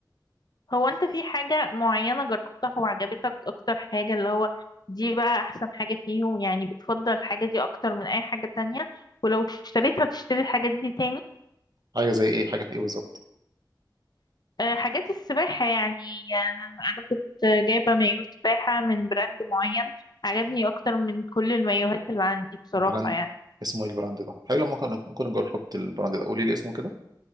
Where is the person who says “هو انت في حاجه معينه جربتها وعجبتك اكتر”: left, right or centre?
Left